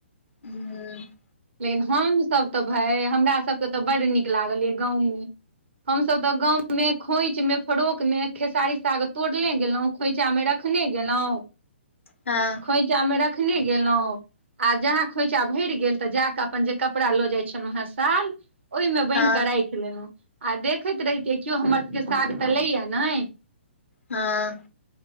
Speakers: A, on the left; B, on the right.
A: हू
B: लेकिन हम सब तऽ भाय हमरा सबके तऽ बड नीक लागल यै गाँंव मे हम सब तऽ गांव में खोंच में फरोक में खेसारी साग तोड़ले गेलों खोइछामें रखने गेलऊं
A: त
B: खोंइछा मे रखने गेलहुँं आ जहाँ खोंइछा भरि गेल तऽ जाक अपन जे कपड़ा लऽ जाय छलहुं हे साल ओहिमे बान्हि
A: हँ
B: के राख आ देखैत रहितियै केओ हमर साग तऽ लैया नै
A: हँ